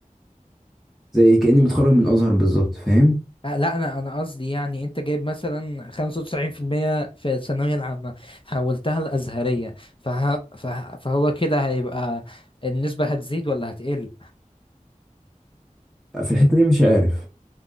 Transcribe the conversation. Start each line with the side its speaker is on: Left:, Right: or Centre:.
Centre: زي كاني متخرج من ازهر بالظبط فاهم
Left: أه، لا أنا أنا قصدي يعني أنت جايب مثلا 95% في المية في الثانوية العامة حولتها الأزهرية فه... فه... فهو كده هيبقى النسبة هتزيد ولا هتقل
Centre: في الحته دي مش عارف